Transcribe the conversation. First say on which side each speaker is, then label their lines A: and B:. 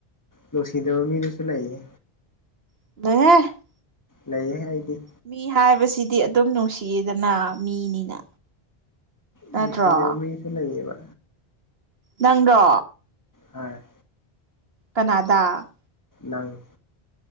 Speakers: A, on the left; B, on the right.
A: ꯅꯨꯡꯁꯤꯗꯕ ꯃꯤꯗꯨꯁꯨ ꯂꯩꯌꯦ꯫
B: <unintelligible>
A: ꯂꯩꯌꯦ ꯑꯩꯗꯤ꯫
B: ꯃꯤ ꯍꯥꯏꯕꯁꯤꯗꯤ ꯑꯗꯨꯝ ꯅꯨꯡꯁꯤꯌꯦꯗꯅ ꯃꯤꯅꯤꯅ꯫ ꯅꯠꯇ꯭ꯔꯣ
A: ꯅꯨꯡꯁꯤꯗꯕ ꯃꯤꯁꯨ ꯂꯩꯌꯦꯕ꯫
B: ꯅꯪꯔꯣ꯫
A: ꯍꯥꯏ꯫
B: ꯀꯅꯥꯗꯥ꯫
A: ꯅꯪ꯫